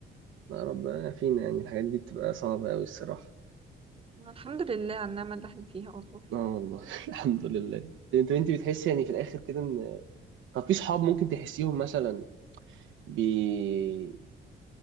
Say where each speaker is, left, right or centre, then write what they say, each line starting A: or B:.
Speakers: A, on the right; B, on the right.
A: ما ربنا فينا يعني الحاجات دي بتبقى صعبة قوي الصراحة
B: الحمد لله على النعمة اللي احنا فيها والله
A: اه والله <laughs> الحمد لله انت انت بتحس يعني في الاخر كده ان طب في صحاب ممكن تحسيهم مثلا بي...